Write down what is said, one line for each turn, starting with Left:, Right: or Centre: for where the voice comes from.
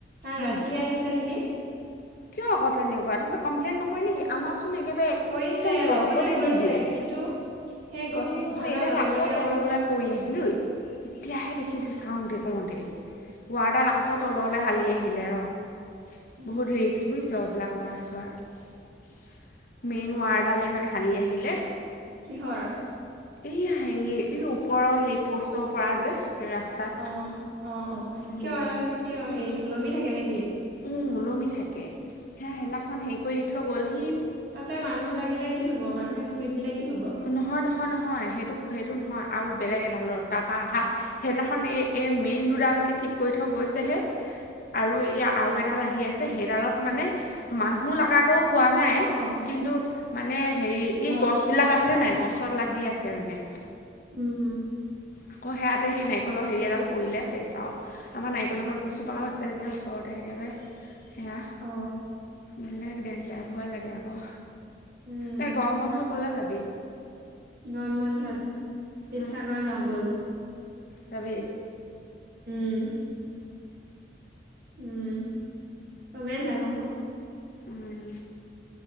Right: ৰাতিহে
Left: অঁ
Right: আহিছে নেকি।
Left: কিয় আকৌ তেনেকু ৱা তহঁতৰ কমপ্লেইন নকৰে নেকি আমাৰ চোন একেবাৰে একদম
Right: কৰিছে
Left: লগতে
Right: কৰিছে
Left: দি দিয়ে।
Right: কিন্তু সেই গছ
Left: ও
Right: ভাগাৰ
Left: এডাল
Right: লগে
Left: আকৌ
Right: লগে
Left: তললৈ
Right: আমাৰ
Left: পৰি আহিলে ঔ এতিয়াহে দেখি ছো চাওঁতে কওঁতে ৱাৰডাল আকৌ তললে হালি আহিলে ৰ।
Right: উম।
Left: বহুত ৰিক্স বুজিছ এইবিলাক ৱাৰ চোৱাৰ মেইন ৱাৰডালে মানে হালি আহিলে।
Right: কিহৰ।
Left: এইয়া হেৰি এই ওপৰৰ সেই পোষ্টৰ পৰা যে ৰাস্তাত
Right: অ' অ'-অ'
Left: উম,
Right: কিয় এডাল কিয় হেৰি ওলমি থাকে নেকি।
Left: উম ওলমি থাকে, সেয়া সেদিনাখন হেৰি কৰি দি থৈ গ'ল হি।
Right: তাতে মানুহ লাগিলে কি হ'ব মানুহে চুই দিলে কি হব
Left: নহয়-নহয় নহ নহয় সেইটো-সেইটো নহয় আৰু বেলেগ এডালৰ তাৰ পৰা অহা সেইদিনাখন এই এ মেইন দুডাল কে ঠিক কৰি থৈ গৈছে হে। আৰু এইয়া আৰু এডাল আহি আছে সেইডালত মানে মানুহ লগা গৌ হোৱা নাই
Right: অ অ
Left: কিন্তু মানে হেৰি এই
Right: মাতো
Left: গছবিলাক আছে নাই
Right: আহ
Left: গছত লাগি আছ সেইটো কাৰনে।
Right: উম।
Left: আকৌ সেয়াতে সেই নাৰিকলৰ হেৰি এডাল পৰিলে শেষ আৰু আমাৰ নাৰিকলৰ গছ কিছোপাও আছে। যে ওচৰতে একেবাৰে সেয়া
Right: অ
Left: বেলেগ ডেঞ্জাৰ ভয় লাগে আৰু।
Right: উম
Left: তই গৰম বন্ধত কলৈ যাবি?
Right: গৰম বন্ধত শিৱসাগৰ
Left: হুম,
Right: যাওঁ বল।
Left: যাবি?
Right: উম উম চবে যাম আকৌ।
Left: উম